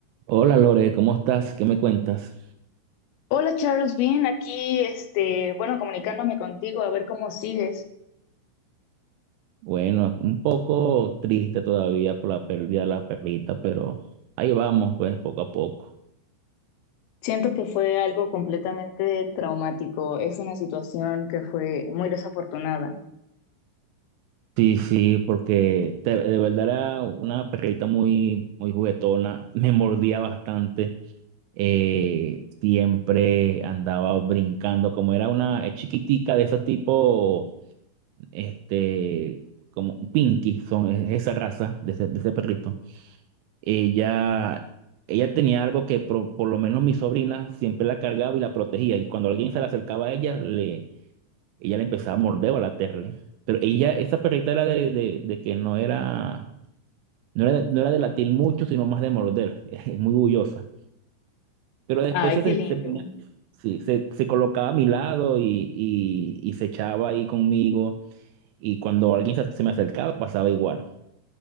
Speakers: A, on the right; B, on the left.
A: Hola Lore, ¿cómo estás? ¿Qué me cuentas?
B: Hola Charles, bien, aquí, este, bueno, comunicándome contigo a ver cómo sigues.
A: Bueno, un poco triste todavía por la pérdida de la perrita, pero ahí vamos, pues poco a poco.
B: Siento que fue algo completamente traumático, es una situación que fue muy desafortunada.
A: Sí, sí, porque de, de verdad era una perrita muy, muy juguetona, <laughs> me mordía bastante, eh, siempre andaba brincando, como era una es chiquitica de ese tipo, este, como un pinky, son, es esa raza de ese, de ese perrito. ella, ella tenía algo que pro- por lo menos mi sobrina siempre la cargaba y la protegía. Y cuando alguien se le acercaba a ella, le, ella le empezaba a morder o a latirle. Pero ella, esa perrita era de, de- de que no era, no era, no era de latir mucho, sino más de morder. <laughs> Es muy bullosa. Pero después
B: Ay,
A: se,
B: qué
A: sent-
B: lindo.
A: se ponía- sí, se, se colocaba a mi lado y, y- y se echaba ahí conmigo. Y cuando alguien se se me acercaba, pasaba igual.